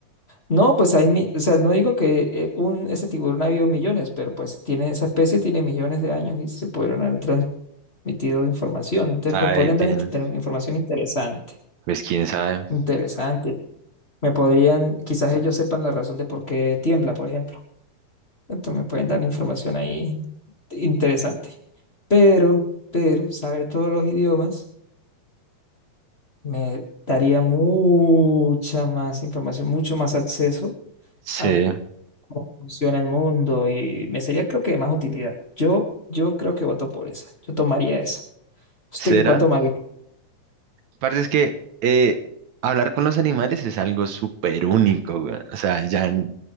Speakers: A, on the left (about 25°); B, on the right (about 70°).
A: No, pues hay, mi- o sea, no digo que eh, un, ese tiburón ha vivido millones, pero pues tiene, esa especie tiene millones de años y se pudieron haber transmitido información. Entonces,
B: Ay,
A: me podrían
B: tin,
A: dar inf- ter- información interesante,
B: Pues quién sabe.
A: interesante. Me podrían, quizás ellos sepan la razón de por qué tiembla, por ejemplo. Entonces me pueden dar información ahí interesante. Pero, pero saber todos los idiomas me daría mucha más información, mucho más acceso
B: Sí.
A: a cómo funciona el mundo y me sería creo que de más utilidad. Yo, yo creo que voto por esa. Yo tomaría esa. ¿Usted
B: ¿Será?
A: qué cuál tomaría?
B: Parce, es que eh, hablar con los animales es algo súper único, güey. O sea, ya n-